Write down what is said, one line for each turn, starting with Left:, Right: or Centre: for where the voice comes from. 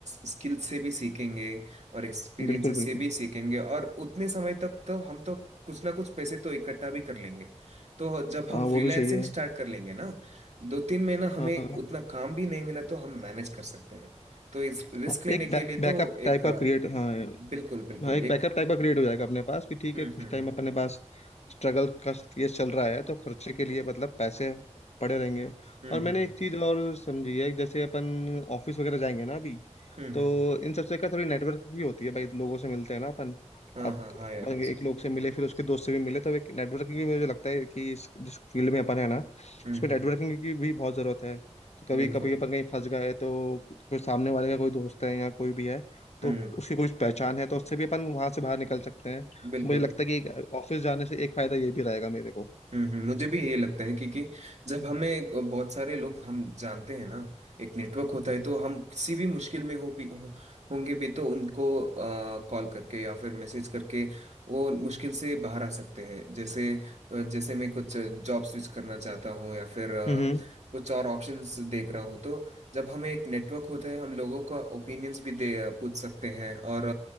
Right: स्किल से भी सीखेंगे और एक्सपीरियंसेस
Left: बिल्कुल बिल्कुल
Right: से भी सीखेंगे और उतने समय तक तो हम तो कुछ ना कुछ पैसे तो इकट्ठा भी कर लेंगे तो जब
Left: हाँ
Right: हम फ्रीलांसिंग
Left: वो भी सही है
Right: स्टार्ट कर लेंगे ना दो तीन महीना हमें
Left: हाँ हाँ
Right: उतना काम भी नहीं मिला तो हम मैनेज कर सकते हैं तो इस रिस्क
Left: हाँ,
Right: लेने
Left: एक
Right: के लिए
Left: बैकअप
Right: तो
Left: टाइप
Right: एक
Left: का
Right: अ,
Left: क्रिएट हाँ
Right: बिल्कुल बिल्कुल
Left: हाँ एक
Right: एक
Left: बैकअप टाइप का क्रिएट हो जाएगा अपने पास कि ठीक
Right: हम्म
Left: है कुछ
Right: हम्म
Left: टाइम
Right: हम्म
Left: अपने पास स्ट्रगल का ये चल रहा है तो खर्चे के लिए मतलब पैसे पड़े रहेंगे
Right: हम्म
Left: और मैंने
Right: हम्म
Left: एक चीज़ और समझी है जैसे अपन ऑफिस वगैरह जाएंगे ना अभी
Right: हम्म
Left: तो
Right: हम्म, हम्म,
Left: इन सबसे का थोड़ी नेटवर्क भी होती है भाई लोगों से मिलते हैं ना अपन
Right: हाँ
Left: अब
Right: हाँ हाँ यार
Left: अपन
Right: हम्म
Left: एक लोग से मिले फिर उसके दोस्त से भी मिले तो एक नेटवर्किंग भी मुझे लगता है कि इस जिस फील्ड में अपन है ना उसमें
Right: हम्म हम्म
Left: नेटवर्किंग की भी बहुत ज़रूरत है तो कभी
Right: बिल्कुल
Left: कभी अपन कहीं फंस गए तो कोई सामने वाले का कोई दोस्त है या कोई भी है तो
Right: हम्म
Left: उसकी कोई पहचान है तो उससे भी अपन वहां से बाहर निकल सकते हैं
Right: बिल्कुल
Left: तो मुझे लगता है कि एक ऑफिस जाने से एक फायदा ये भी रहेगा मेरे को
Right: हम्म हम्म, मुझे भी ये लगता है क्योंकि जब हमें एक- बहुत सारे लोग हम जानते हैं ना एक नेटवर्क होता है तो हम किसी भी मुश्किल में हो भी हो, होंगे भी तो उनको कॉल करके या फिर मैसेज करके वो मुश्किल से बाहर आ सकते हैं जैसे अ, जैसे मैं कुछ जॉब स्विच करना चाहता हूँ या फिर अ,
Left: हम्म
Right: कुछ और ऑप्शंस देख रहा हूँ तो जब हमें एक नेटवर्क होता है हम लोगों का ओपिनियंस भी दे पूछ सकते हैं और